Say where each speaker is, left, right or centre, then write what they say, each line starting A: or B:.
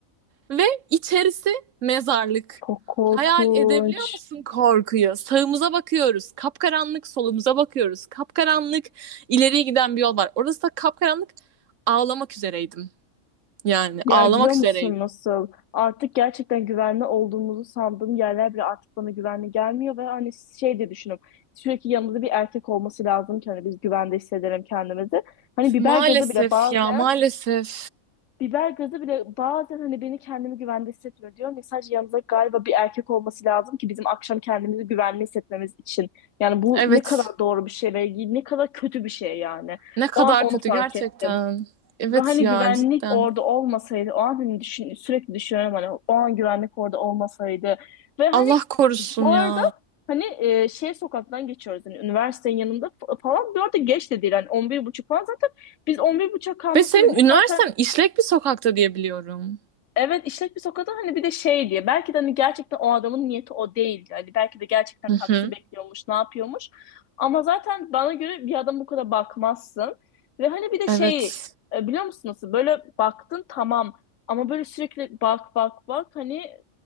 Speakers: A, on the right (about 65°); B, on the left (about 70°).
A: ve içerisi mezarlık.
B: Çok korkunç.
A: Hayal edebiliyor musun korkuyu? Sağımıza bakıyoruz, kapkaranlık, solumuza bakıyoruz, kapkaranlık, ileriye giden bir yol var. Orası da kapkaranlık, ağlamak üzereydim. Yani
B: Yani
A: ağlamak
B: biliyor musun
A: üzereydim.
B: nasıl? Artık gerçekten güvenli olduğumuzu sandığım yerler bile artık bana güvenli gelmiyor ve hani şey de düşünüyorum. Sürekli yanımızda bir erkek olması lazım ki hani biz güvende hissedelim kendimizi. Hani biber
A: Maalesef
B: gazı bile bazen
A: ya, maalesef.
B: Biber gazı bile bazen hani beni kendimi güvende hissetmiyor diyorum. ya, Sadece yanımızda galiba bir erkek olması lazım ki bizim akşam kendimizi güvenli hissetmemiz için. Yani bu
A: Evet,
B: ne kadar doğru bir şey ve ne kadar kötü bir şey yani.
A: ne kadar
B: O an onu
A: kötü
B: fark
A: gerçekten.
B: ettim.
A: Evet
B: Ve hani
A: ya,
B: güvenlik
A: cidden.
B: orada olmasaydı, o an hani düşün, sürekli düşünüyorum hani o an güvenlik orada olmasaydı. Ve hani
A: Allah korusun
B: bu arada
A: ya.
B: hani e, şey sokaktan geçiyoruz hani üniversitenin yanında fa- falan. Bu arada geç de değil hani 11 buçuk falan zaten biz 11 buçuk kalma
A: Ve senin
B: sebebimiz
A: üniversiten
B: zaten
A: işlek bir sokakta diye biliyorum.
B: Evet işlek bir sokakta hani bir de şey diye belki de hani gerçekten o adamın niyeti o değildi. Hani belki de gerçekten
A: Hı
B: taksi
A: hı.
B: bekliyormuş, ne yapıyormuş. Ama zaten bana göre bir adam bu kadar bakmazsın. Ve hani bir de
A: Evet.
B: şey e, biliyor musun nasıl böyle baktın tamam ama böyle sürekli bak bak bak hani